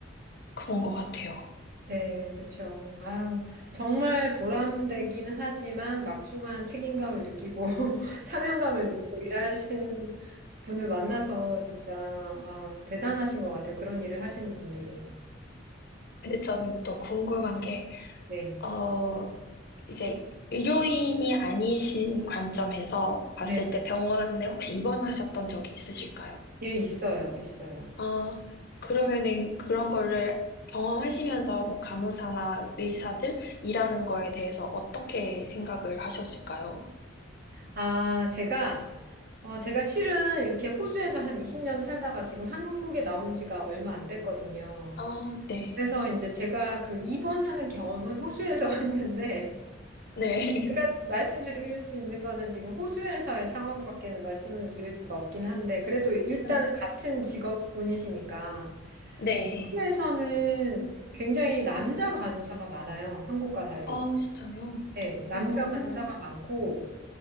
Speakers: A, on the left; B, on the right.
A: 그런 것 같아요.
B: 네, 그쵸. 아유, 정말 보람되긴 하지만 막중한 책임감을 느끼고 <laughs> 사명감을 느끼고 일하시는 분을 만나서 진짜 아, 대단하신 것 같아요. 그런 일을 하시는 분들이.
A: 근데 저는 또 궁금한 게,
B: 네.
A: 어, 이제 의료인이 아니신 관점에서 봤을
B: 네.
A: 때 병원에 혹시 입원하셨던 적이 있으실까요?
B: 예, 있어요. 있어요.
A: 아, 그러면은 그런 거를 경험하시면서 뭐 간호사나 의사들 일하는 거에 대해서 어떻게 생각을 하셨을까요?
B: 아, 제가 어, 제가 실은 이렇게 호주에서 한 20년 살다가 지금 한국에 나온 지가 얼마 안 됐거든요.
A: 아, 네.
B: 그래서 이제 제가 그 입원하는 경험은 호주에서 <laughs> 했는데
A: 네.
B: 그러니까 말씀드릴 수 있는 거는 지금 호주에서의 상황밖에는 말씀을 드릴 수가 없긴 한데, 그래도 일단은
A: <laughs> 아,
B: 같은 직업군이시니까.
A: 네.
B: 호주에서는 굉장히 남자 간호사가 많아요. 한국과 달리.
A: 아, 진짜요?
B: 네, 남자
A: 어,
B: 간호사가 많고,